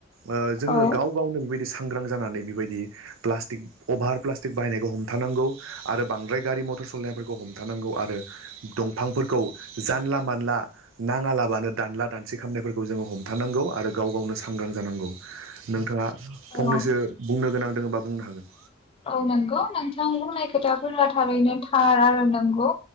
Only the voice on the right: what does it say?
ओ जोङो
गाव गावनो बेबायदिस सांग्रां जानानै बेबायदि प्लास्टिक अभार प्लास्टिक बाहायनायखौ हमथानांगौ आरो बांद्राय गारि मथर सलायनायफोरखौ हमथानांगौ आरो दंफांफोरखौ जानला मानला नाङालाबानो दानला दान सि खामनायफोरखौ जोङो हमथानांगौ आरो गाव गावनो सांग्रां जानांगौ नोंथाङा फंनैसो
बुंनो गोनां दोङोबा बुंनो हागोन?